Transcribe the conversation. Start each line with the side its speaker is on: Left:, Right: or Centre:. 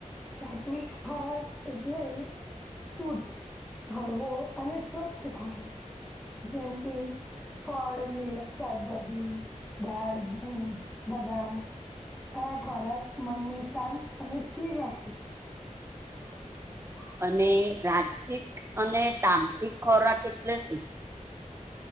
Centre: સાત્વિક <unintelligible> એટલે શુદ્ધ, હળવો અને સ્વચ્છ ખોરાક. જેમ કે ફળ, લીલા શાકભાજી, દાળ, દૂધ. બદામ આ ખોરાક મનને શાંત અને સ્થિર રાખે છે. <inaudible>
Right: અને રાજસિક અને તમસિક ખોરાક એટલે સુ